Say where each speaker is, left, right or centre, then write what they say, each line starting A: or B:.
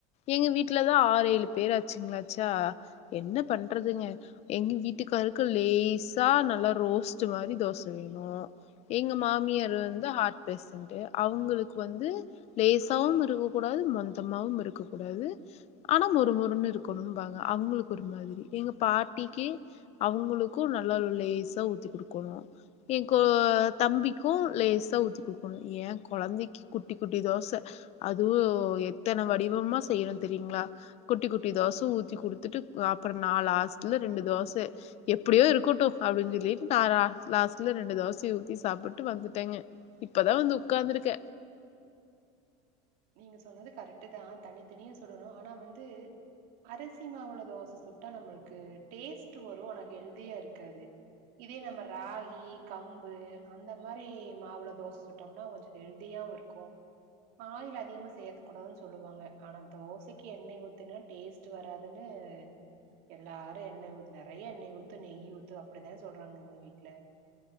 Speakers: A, on the left (about 40°); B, on the right (about 60°).
A: எங்க வீட்லதா ஆறேழு பேர் ஆச்சுங்களாச்சா என்ன பண்றதுங்க எங்க வீட்டுக்காரருக்கு லே சா நல்லா ரோஸ்டு மாறி தோச வேணு எங்க மாமியாரு வந்து ஹார்ட் பேச ண்ட்டு அவுங்களுக்கு வந்து லேசாவும் இருக்கக் கூடாது மொந்தமாவும் இருக்கக் கூடாது அனா மொறுமொறுன்னு இருக்கணும் பாங்க அவுங்களுக்கு ஒரு மாதிரி எங்க பாட்டிக்கு அவுங்களுக் கு நல்லா லேசா ஊத்தி குடுக்கோணு எ கோ தம்பிக்கு லேசா ஊத்தி குடுக்கோன்னு ஏ கொழந்தைக்கு குட்டி குட்டி தோச அதுவு எத்தன வடிவமா செய்யணு தெரியுங்களா குட்டி குட்டி தோச ஊத்தி குடுத்துட்டு அப்பறோ நா லாஸ்ட்ல ரெண்டு தோச எப் படியே இருக்கட்டு அப்டின் சொல்லீட்டு நா லாஸ் லாஸ்ட்ல ரெண்டு தோசைய ஊத்தி சாப்புட் ட்டு வந்துட்டேங்க இப்பதா வந்து உக்காந்துருக்க
B: நீங்க சொன்னது கரெக்ட்டு தா தனி தனியா சுடனு அனா வந்து அரிசி மாவுல தோச சுட்டா நம்மளுக்கு டேஸ்ட் வரு அனா ஹெல்தியா இருக்காது இதே நம்ம ராகி கம்பு அந்த மாறி மாவுல தோச சுட்டம்னா கொஞ்சோ ஹெல்தியாவு இரு கோ ஆயில் அ அதிகமா சேத்தக் கூடாதுன்னு சொல்லுவாங்க அனா தோசைக்கு எண்ணெய் ஊத்துனா டேஸ்ட் வராதுன்னு எல்லாரு எண்ண ஊத் நெறைய எண்ணெய் ஊத்து நெய் ஊத்து அப்படித்தா சொல்றாங்க எங்க வீட்ல